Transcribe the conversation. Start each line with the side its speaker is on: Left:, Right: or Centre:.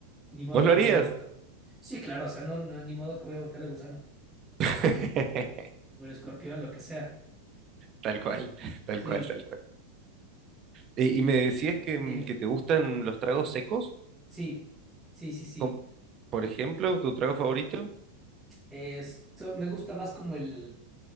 Centre: Ni modo
Right: ¿Vos lo
Centre: que
Right: harías?
Centre: vas a botar. Sí, claro, o sea, no, no, ni modo que voy a botarle gusano.
Right: <laughs>
Centre: O el escorpión, lo que sea.
Right: Tal cual, tal
Centre: Sí.
Right: cual, tal cual. Y,
Centre: Y
Right: y me decías que,
Centre: dime,
Right: mm, que te gustan los tragos secos,
Centre: sí, sí, sí, sí.
Right: como, por ejemplo, tu trago favorito.
Centre: Es, so- me gusta más como el